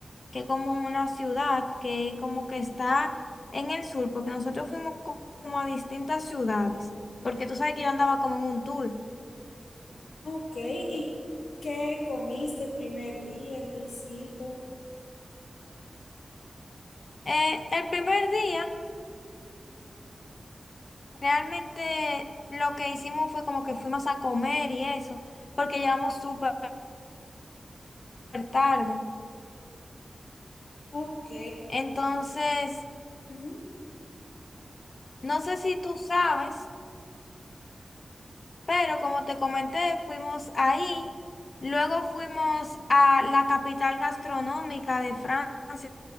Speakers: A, on the left; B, on the left.
A: que es como una ciudad que como que está en el sur, porque nosotros fuimos co- como a distintas ciudades, porque tú sabes que yo andaba como en un tour.
B: Ok, ¿y qué comiste el primer día? ¿Qué hiciste?
A: Eh, el primer día, realmente lo que hicimos fue como que fuimos a comer y eso, porque llegamos súper tarde.
B: Ok.
A: Entonces...
B: Ujú,
A: No sé si tú sabes, pero como te comenté, fuimos ahí, luego fuimos a la capital gastronómica de Francia,